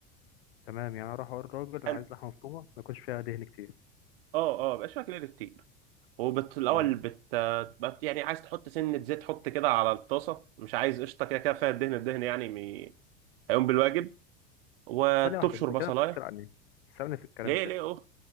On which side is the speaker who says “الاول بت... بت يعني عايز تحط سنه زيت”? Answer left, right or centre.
Right